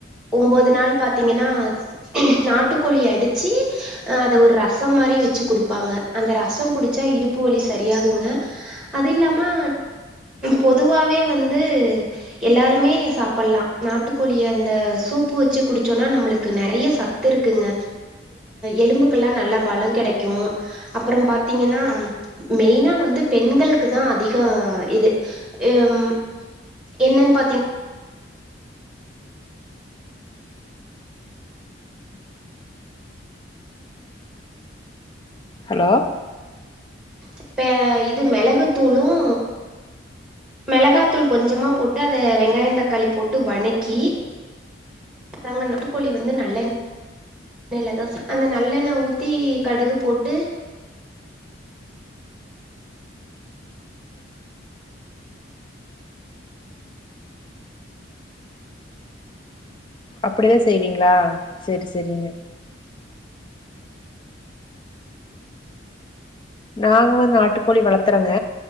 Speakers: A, in the centre; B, on the left (about 25°).
A: ஓன்பது நாள் பாத்திங்கனா நாட்டுக்கோழி அடிச்சு அ அத ஒரு ரசம் மாதிரி வச்சி குடுப்பாங்க அந்த ரசம் குடிச்சா இடுப்பு வலி சரியாகுங்க அது இல்லாம பொதுவாவே வந்து எல்லாருமே சாப்பிடலாம் நாட்டுக்கோழிய அந்த சூப்பு வச்சு குடிச்சோன்னா நம்மளுக்கு நிறைய சத்து இருக்குங்க எலும்புக்கெல்லாம் நல்லா பலம் கிடை க்கும் அப்புறம் பாத்தீங்கன்னா மெயினா வந்து பெண்களுக்கு தான் அதிகம் இது ஹ என்னன்னு பாத்தீங்கா
B: ஹலோ
A: இப்ப இது மிளகுத்தூளும் மிளகாத்தூள் கொஞ்சமா போட்டு அதை வெங்காயம் தக்காளி போட்டு வணக்கி நா நாட்டுகோழி வந்து நல்லெண்ணெய்யில தான் அந்த நல்லெண்ணய் ஊத்தி கடுகு போட்டு
B: அப்படிதான் செய்வீங்களா சேரி சேரிங்க நாங்க வந்து நாட்டுக்கோழி வளர்த்துறங்க